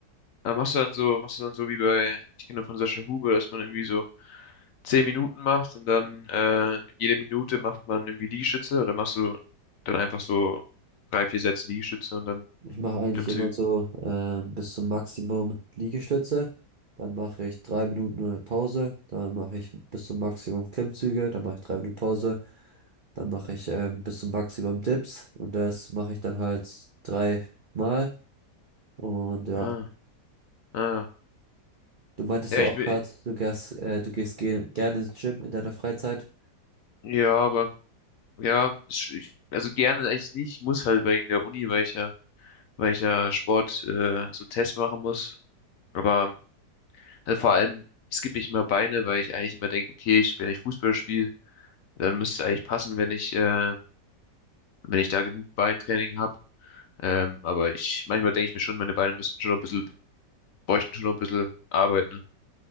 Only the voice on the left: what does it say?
Aber machst du dann so, machst du dann so wie bei, ich kenne nur von Sascha Huber, dass man irgendwie so zehn Minuten macht und dann äh, jede Minute macht man irgendwie Liegestütze oder machst du dann einfach so drei, vier Sätze Liegestütze und dann
Klimmzüge?
Ah, ah.
Ja,
ich
bin,
ja, aber ja, ich, ich- also gerne eigentlich nicht. Ich muss halt wegen der Uni, weil ich ja, weil ich ja Sport äh, so einen Test machen muss. Aber Also vor allem skippe ich immer Beine, weil ich eigentlich immer denke, okay, ich, wenn ich Fußball spiele, dann müsste es eigentlich passen, wenn ich, äh, wenn ich da genug Beintraining habe. Ähm, aber ich, manchmal denke ich mir schon, meine Beine müssten schon noch ein bisschen, bräuchten schon noch ein bisschen arbeiten.